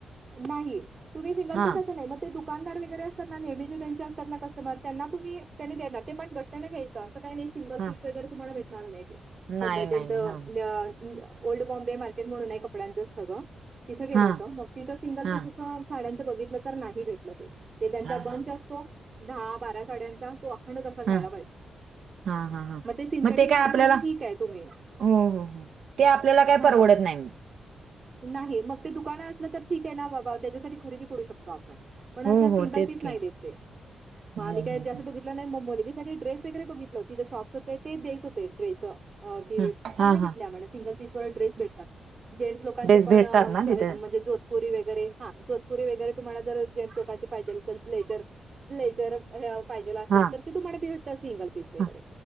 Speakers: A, on the right; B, on the right.
A: नाही, तुम्ही सिंगल
B: हां,
A: पीस असं नाही मग ते दुक दुकानदार वगैरे असतात ना, नेहमीचे त्यांचे असतात ना, कस्टमर. त्यांना तुम्ही त्यांनी देणार, ते पण गट्ट्याने घ्यायचं. असं काही नाही. सिंगल
B: हां.
A: पीस वगैरे, तुम्हाला भेटणार नाही ते.
B: नाही,
A: मुंबई तेंचं
B: नाही, नाही. हां,
A: न ओल्ड बॉम्बे मार्केट म्हणून आहे कपड्यांचंच सगळं तिथे गेलं
B: हां,
A: होतं मग तिथं सिंगल
B: हां,
A: पीस असं साड्यांचं बघितलं तर नाही भेटलं ते ते त्यांचा
B: हां,
A: बंच
B: हां,
A: असतो दहा बारा साड्यांचा तो अखंड तसा घ्यायला
B: हां,
A: पाहिजे
B: हां, हां, हां.
A: मग ते सिंथेटिक
B: काय
A: साड्यासाठी
B: आपल्याला
A: ठीक आहे तुम्ही
B: हो हो हो ते आपल्याला काय
A: हा
B: परवडत नाही म.
A: नाही मग ते दुकानं असलं तर ठीक आहे ना बाबा त्याच्यासाठी खरेदी करू शकतो आपण पण
B: हो
A: असं सिंगल
B: हो तेच
A: पीस
B: की.
A: नाही देत ते मग
B: हम्म
A: आम्ही काय
B: हम्म
A: जास्त
B: हम्म.
A: बघित लेलं नाही म मुलगीसाठी ड्रेस वगैरे बघितलं तिथं शॉप्स होते ते दस हो ड्रेसं अ की
B: ह
A: चांगले
B: हा
A: भेटले
B: हा
A: आम्हा ला सिंगल पीस व ड्रेस भेटतात. जेन्ट्स लोकांचे
B: ड्रेस
A: पण
B: भेटतात
A: अं
B: ना तिथे
A: म्हणजे जो धपुरी वगैरे हा जोधपुरी वगैरे तुम्हाला जर जेन्ट्स लोकांची पाहिजे असेल ब्लेजर ब्लेजर पाहिजे असेल
B: हा
A: तर ते तुम्हाला भेटत सिंगल पीस वगैरे
B: हा